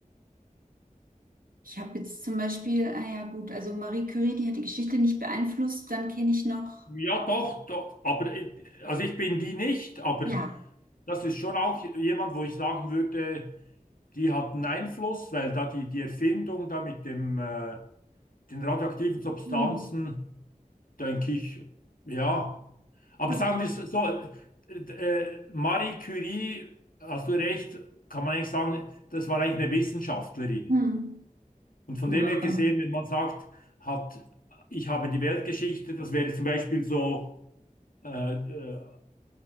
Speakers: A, on the right; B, on the left.
A: ich habe jetzt zum Beispiel, ah ja gut, also Marie Curie, die hat die Geschichte nicht beeinflusst, dann kenne ich noch,
B: Ja, doch, doch, aber äh, also ich bin die nicht, aber
A: ja.
B: das ist schon auch jemand, wo ich sagen würde, die hat einen Einfluss, weil da die, die Erfindung da mit dem, äh, den radioaktiven Substanzen,
A: Hm.
B: denke ich, ja. Aber
A: Okay.
B: sagen wir es so, äh, äh, Marie Curie, hast du recht, kann man eigentlich sagen, das war eigentlich eine Wissenschaftlerin.
A: Hm.
B: Und von
A: Genau.
B: dem her gesehen, wenn man sagt, hat, ich habe die Weltgeschichte, das wäre zum Beispiel so. Äh, äh,